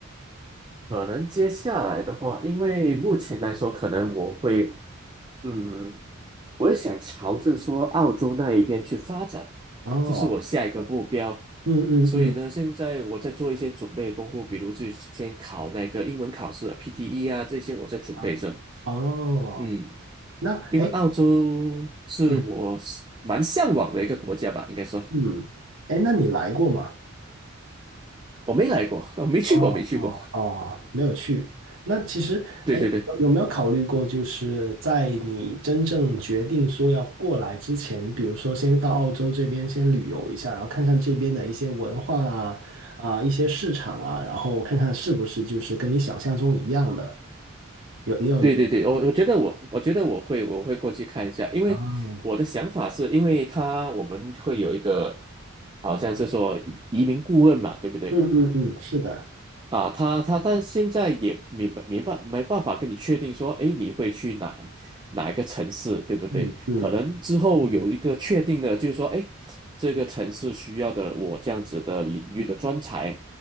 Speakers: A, on the right (about 20°); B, on the right (about 70°).
A: 可能接下来的话，因为目前来说，可能我会，嗯。我也想朝着说澳洲那一边去发展，
B: 哦，
A: 这是我下一个目标。
B: 嗯嗯嗯，
A: 所以呢，现在我在做一些准备的功夫，比如去先考那个英文考试啊 PTE 啊，这些我在准备着。
B: 啊哦，
A: 嗯，
B: 那哎，
A: 因为澳洲是我是蛮向往的一个国家吧，
B: 诶嗯
A: 应该说
B: 嗯，哎，那你来过吗？
A: 我没来过，<laughs> 我没去过，
B: 哦哦哦，
A: 没去过。
B: 没有去。那其实，
A: 对对对，
B: 哎，有没有考虑过，就是在你真正决定说要过来之前，比如说先到澳洲这边先旅游一下，然后看看这边的一些文化啊啊、一些市场啊，然后看看是不是就是跟你想象中一样的。有你
A: 对对对，我我觉得我我觉得我会我会过去看一下，因为我的想法是因为他我们会有一个
B: 啊，哦
A: 好像是说移移民顾问嘛，对不对？
B: 嗯嗯嗯，是的，
A: 啊，他他但现在也没办没办没办法跟你确定说，哎，你会去哪哪一个城市，对不对？
B: 嗯嗯
A: 可能之后有一个确定的，就是说，哎，这个城市需要的我这样子的领域的专才，